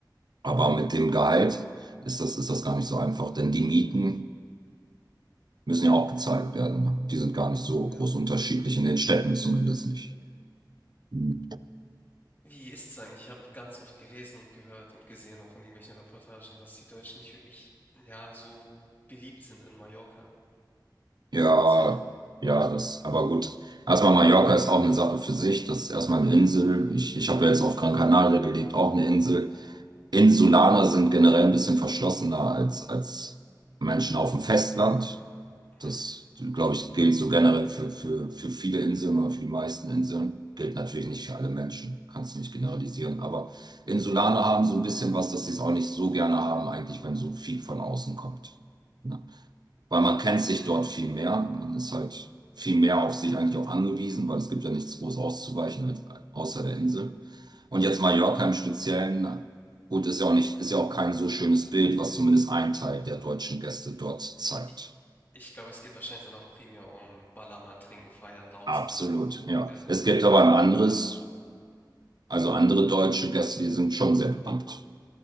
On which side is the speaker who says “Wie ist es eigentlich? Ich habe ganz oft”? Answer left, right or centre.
Left